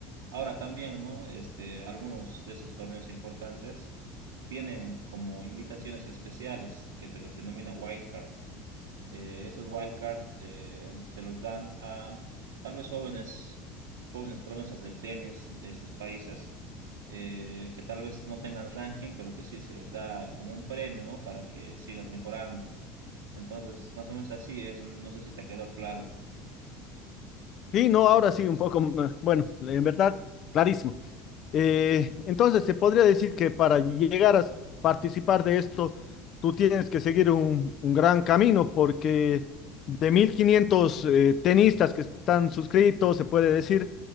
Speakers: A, on the right; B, on the left.
A: Ahora también, ¿no? Este, algunos de esos torneos importantes tienen como invitaciones especiales que se los denomina wildcards eh, estos wildcard se los dan a tal vez jóvenes, jóvenes promesas del tenis de estos países, eh, que tal vez no tengan ranking, pero que sí se les da como un premio, ¿no? Para que sigan mejorando. Entonces, más o menos así es, no sé si te ha quedado claro.
B: Y no, ahora sí, un poco, mm, bueno, en verdad, clarísimo. Eh, entonces, se podría decir que para llegar a participar de esto, tú tienes que seguir un, un gran camino porque de 1.500 eh, tenistas que están suscritos, se puede decir,